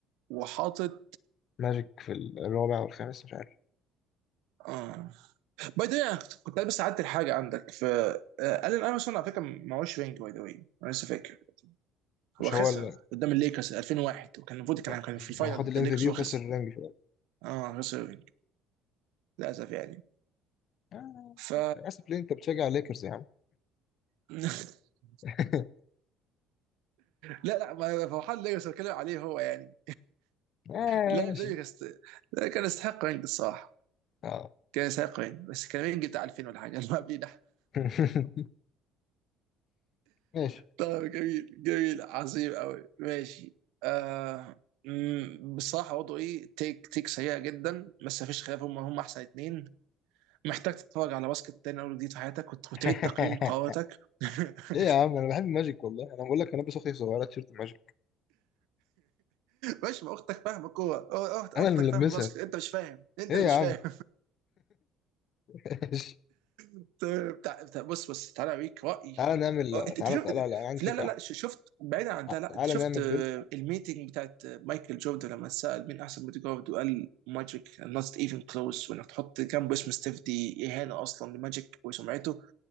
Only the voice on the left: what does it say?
ماجيك في الرابع والخامس مش عارف
مش
هو اللي
آه.
يعني
هاخد الام
في بي
وخسر
الرينج في الأول
آه.
آسف ليه أنت بتشجع ليكرز يا عم
<laughs>
آه
ماشي
آه
<laughs> ماشي
<laughs>
ليه يا عم أنا بحب ماجيك والله أنا بقول لك أنا لابس أختي صغيرة تيشيرت ماجيك
أنا
اللي
ملبسها
إيه
يا
عم
<laughs> ماشي
تعالى نعمل
تعالى
تعالى لا، أنا عندي
فكرة
أحسن
آه،
تعالى
نعمل
بيلد